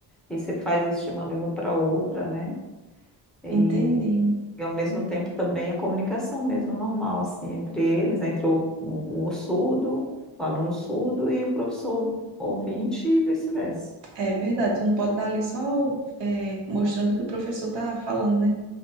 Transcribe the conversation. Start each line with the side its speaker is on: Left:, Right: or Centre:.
Centre: E você faz isso de uma língua para outra, né? E,
Right: Entendi.
Centre: ao mesmo tempo também a comunicação mesmo normal, assim, entre eles, entre o, o, o surdo, o aluno surdo e o professor ouvinte e vice-versa.
Right: É verdade, tu não pode estar ali só é, mostrando o que o professor está falando, né?